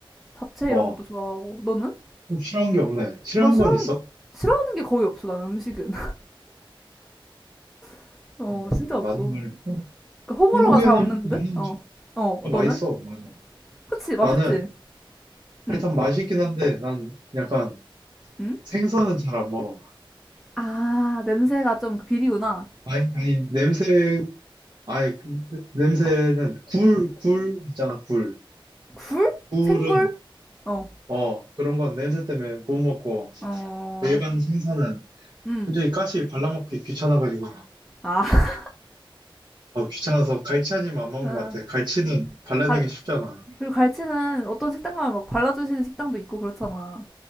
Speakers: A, in the centre; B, on the right (about 55°).
A: 잡채
B: 어.
A: 이런 것도 좋아하고. 너는?
B: 좀 싫어하는 게 없네. 싫어하는
A: 뭐 싫어하는
B: 건 있어?
A: 게, 싫어하는 게 거의 없어, 나는 음식은. <laughs> 어,
B: 맞-
A: 진짜 없어.
B: 맞는 말이야.
A: 그 호불호가
B: 한- 국에는
A: 잘 없는
B: 있는
A: 듯? 어.
B: 음식
A: 어,
B: 더 맛있어.
A: 너는?
B: 맞아.
A: 그치, 맛있지?
B: 나는
A: 응.
B: 일단 맛있긴 한데 난 약간
A: 응?
B: 생선은 잘 안 먹어.
A: 아, 냄새가 좀 그 비리구나.
B: 아니, 아니 냄새 아니 그 냄- 냄새는 굴,
A: 음,
B: 굴 있잖아. 굴.
A: 굴?
B: 굴은
A: 생굴? 어,
B: 어 그런 건 냄새 때문에 못 먹고
A: 어,
B: 일반 생선은
A: 음,
B: 솔직히 가시 발라먹기 귀찮아가지고
A: 아, <laughs>
B: 어, 귀찮아서 갈치 아니면 안 먹는
A: 음,
B: 것 같아. 갈치는 발라내기
A: 발,
B: 쉽잖아.
A: 그리고 갈치는 어떤 식당 가면 막 발라주시는 식당도 있고 그렇잖아.